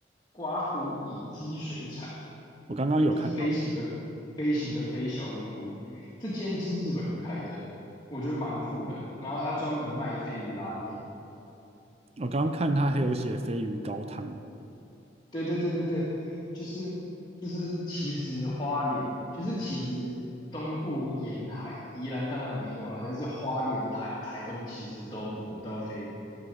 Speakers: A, on the left; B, on the right.
A: 刮胡乙鸡水产，
B: 我刚刚有看到
A: 就是飞行的飞行的飞小屋的屋，这间是日本人开的，我觉得蛮酷的。然后他专门卖飞鱼拉面，
B: 我刚刚看他还有写鲱鱼高汤，
A: 对对对对对，就是就是其实花莲就是其实东部沿海，宜兰当然没有啦，但是花莲台台东其实都捕不到飞鱼，